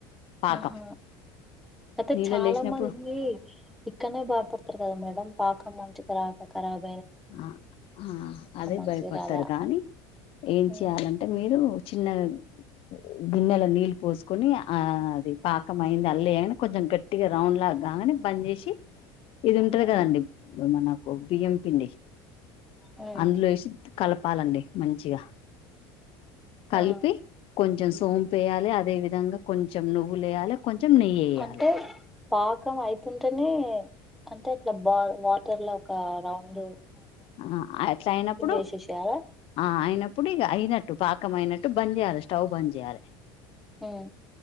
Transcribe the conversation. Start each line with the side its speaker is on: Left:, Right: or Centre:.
Left: పాకం
Centre: ఆహా అయితే
Left: నీళ్ళలో
Centre: చాలా
Left: లేసినప్పుడు
Centre: మంది ఇక్కనే బాగ్ పడతారు కదా మేడం పాకం మంచి తర్వాత కరాబ్
Left: ఆ అహా అదే
Centre: మంచిగా
Left: భయపడతారు
Centre: రాలే
Left: కానీ ఏం
Centre: హ్మ్
Left: చేయాలంటే మీరు చిన్నగన్ గిన్నెల నీళ్ళు పోసుకుొని ఆ అది పాకం అయింద ల్లే అని కొజ్జెం గెట్టిగా రౌండ్ లా గానే బంద్ జేసి ఇది ఉంటది
Centre: హ్మ్
Left: కదండి మనకు బియ్యం పిండి
Centre: హ్మ్
Left: అందులో ఏసి కలపాలండి మంచిగా కలిపి
Centre: ఆ
Left: కొంచెం సోమ్ంపేయాలి అదేవి విధంగా కొంచెం నువ్వులేయాలె కొంచెం నెయ్యి ఏయాలె
Centre: అంటే పాకం అయితుంటేనే అంటే ఇట్లా బాగ వాటర్ లో ఒక రౌండు
Left: ఆ అట్లైనప్పుడు
Centre: వేసేసేయాలా
Left: ఆ అయినప్పుడు ఇగ అయినట్టు పా కం మైనట్టు బంద్యెజేయాలే స్టవ్ బంద్ జేయాలె
Centre: హ్యా